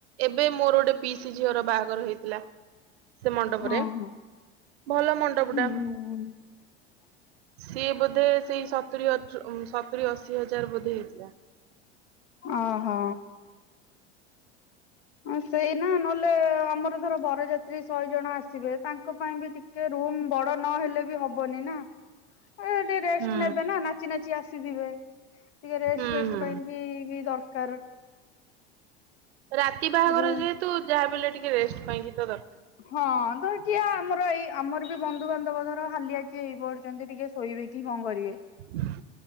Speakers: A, on the right; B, on the left.
A: ଏବେ ମୋର ଗୋଟେ ପିଇସି ଝିଅର ବାହାଘର ହେଇଥିଲା। ସେ ମଣ୍ଡପରେ
B: ଓହୋ
A: ଭଲ ମଣ୍ଡପଟାମ୍।
B: ହୁଁ।
A: ସିଏ ବୋଧେ ସେଇ ସତୁରୀ <unintelligible> ସତୁରୀ ଅଶି ହଜାର ବୋଧେ ହେଇଥିଲା।
B: ଓହୋ। ହ ସେଇ ନା ନହେଲେ ଆମର ଧର ବରଯାତ୍ରୀ ଶହେ ଜଣ ଆ ସିବେ ତାଙ୍କ ପାଇଁ ବି ଟିକେ ରୁମ ବଡ ନ ହେେଲେ ବି ହବନି ନା। ଆ ଟିକେ ରେଷ୍ଟ
A: ହୁଁ
B: ନେବେ ନା ନାଚି ନାଚି ଆସିଥିବେ ଟିକେ ରେଷ୍ଟ
A: ହୁଁ
B: ଫେଷ୍ଟ
A: ହୁଁ
B: ସେଥିପାଇଁ କି ବି ଦରକାର।
A: ରାତି ବାହାଘର
B: ରୁମ
A: ଯେହେତୁ ଯାହା ବି ହେଲେ ଟିକେ ରେଷ୍ଟ ପାଇଁ କିି ତ ଦର
B: ହଁ ତ ଟିକିେ ଆମର ଏଇ ଆମର ବି ବନ୍ଧୁ ବାନ୍ଧବ ଧର ହାଲିଆ କିଏ ହେଇ ପଢୁଚନ୍ତି ଟିକେ ଶୋଇବେ କି କଣ କରିବେ।
A: ହୁଁ